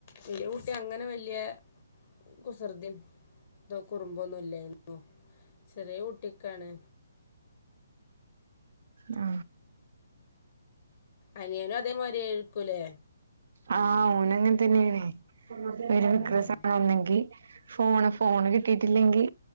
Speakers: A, on the left; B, on the right.
A: വലിയ കുട്ടി അങ്ങനെ വല്ലേ കുസൃതി ഇതോ കുറുമ്പൊന്നുംല്ലായിന്ന ചെറിയ കുട്ടിക്കാണ്
B: ആ
A: അനിയനും അതേമാതിരി ആരിക്കൂലേ
B: ആ ഓന് അങ്ങനെ തന്നെയണേ ഒരു
A: ആഹ്
B: വിക്രസനൊന്നെങ്കിൽ <unintelligible> ഫോണ് ഫോണ് കിട്ടിട്ടില്ലെങ്കി